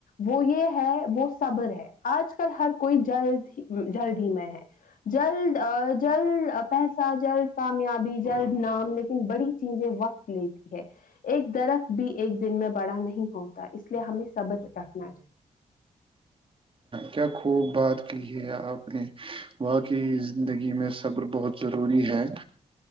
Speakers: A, on the left; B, on the right.
A: وہ یہ ہے وہ صبر ہے آج کل ہر کوئی جلد جلد ہی میں ہے جلد جلد پیسہ جلد کامیابی جلد نام لیکن بڑی چیزیں وقت لیتی ہے ایک درخت بھی ایک دن میں بڑا نہیں ہوتا اس لیے ہمیں سبر ت ن ج <inaudible>
B: کیا خوب بات کی ہے آپ نے واقعی زندگی میں صبر بہت ضروری ہے